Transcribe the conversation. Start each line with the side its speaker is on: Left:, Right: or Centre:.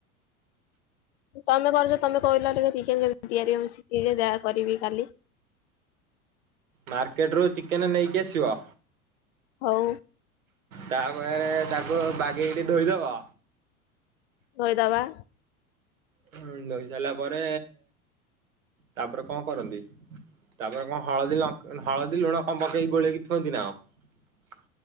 Left: ତମେ କରୁଛ ତମେ କହିଲ ଟିକେ ଚିକେନ କେମିତି ତିଆରି ମୁଁ ଶିଖିକି ଯାହା କରିବି କାଲି।
Right: ମାର୍କେଟରୁୁ ଚିକେନ୍ ନେଇକି ଆସିବ।
Left: ହଉ।
Right: ତାପରେ ତାକୁ ବାଗେଇ ଟି ଧୋଇଦବ।
Left: ଧୋଇଦବା।
Right: ଧୋଇ ସାରିଲା ପରେ ତାପରେ କଣ କରନ୍ତି। ତାପରେ କଣ ହଳଦୀ ଲ ହଳଦୀ ଲୁଣ କଣ ପକେଇକି ଗୋଳେଇକି <unintelligible>